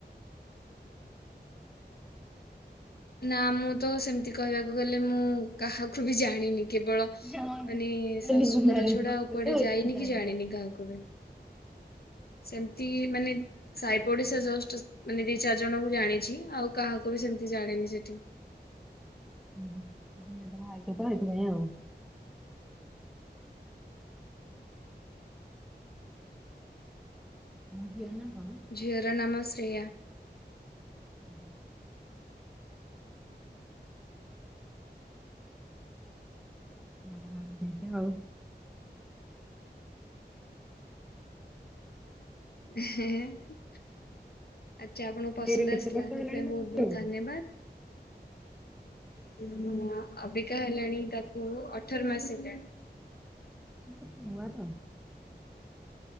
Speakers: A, on the left; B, in the centre.
A: ନା ମୁଁ ତ ସେମିତି କହିବାକୁ ଗଲେ ମୁଁ କାହାକୁ ବି ଜାଣିନି କେବଳ ମାନେ
B: ହଁ
A: ଶାଶୁଘର
B: ଏବେ ନ୍ୟୁ ମ୍ୟାରେଜ
A: ଛଡା
B: କରୁଛ
A: ଆଉ କୁଆଡେ
B: ତ ଏଥିପାଇଁ
A: ଯାଇନି
B: ଜାଣିପାରିବନି
A: କି ଜାଣିନି କାହାକୁ
B: ଆଉ।
A: ବି। ସେମିତି ମାନେ। ସାଇ ପଡିସା ଜଷ୍ଟ ମାନେ ଦି ଚାରି ଜଣଙ୍କୁ ଜାଣିଛି ଆଉ କାହାକୁ ବି ସେମତି ଜାଣିନି ସେଠି।
B: ଉହୁଁ ନୂଆ ବାହା ହେଇଚତ ସେଇଥି ପାଇଁ ଆଉ। ତମ ଝିଅ ର ନାଁ କଣ।
A: ଝିଅର ନାମ ଶ୍ରେୟା।
B: <inaudible> ଭଲ ନାଁ ଦେଇଚ ଆଉ।
A: ହେଁ ହେଁ। ଆଛା ଆପଣଙ୍କୁ ପସନ୍ଦ
B: ଏରେ କେତେ
A: ଆସିଲା
B: ବର୍ଷ
A: ସେଥିପାଇଁ
B: ହେଲାଣି ତମ
A: ବହୁତ
B: ଝିଅକୁ?
A: ବହୁତ ଧନ୍ୟବାଦ। ହଁ ଅବିକା ହେଲାଣି ତାକୁ ଅଠର ମାସ ହେଲାଣି।
B: ଛୁଆଟା।